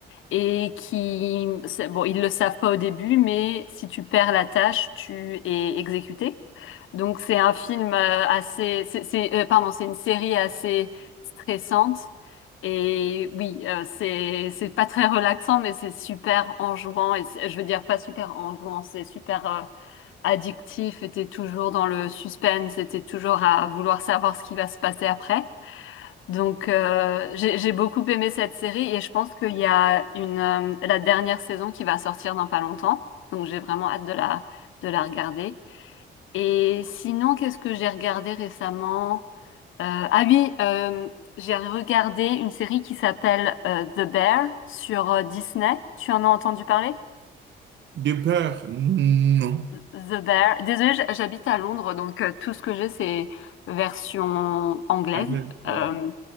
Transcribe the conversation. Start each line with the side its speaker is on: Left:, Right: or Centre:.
Left: et qui... c'est- Bon, ils le savent pas au début, mais si tu perds la tâche, tu es exécuté. Donc c'est un film euh, assez, c'est, c'est- euh, pardon, c'est une série assez stressante. Et oui, euh, c'est c'est pas très relaxant, mais c'est super enjouant. Et c'est- je veux dire pas super enjouant, c'est super euh, addictif. Et t'es toujours dans le suspense, et t'es toujours à vouloir savoir ce qui va se passer après. Donc euh, j'ai j'ai beaucoup aimé cette série et je pense qu'il y a une euh, la dernière saison qui va sortir dans pas longtemps. Donc j'ai vraiment hâte de la de la regarder. Et sinon, qu'est-ce que j'ai regardé récemment? Euh, ah oui, euh, j'ai regardé une série qui s'appelle euh, The Bear sur euh, Disney. Tu en as entendu parler?
Right: De beurre, non.
Left: The Bear. Désolée, j- j'habite à Londres, donc euh, tout ce que j'ai, c'est version anglaise.
Right: Anglais, ouais.
Left: Euh,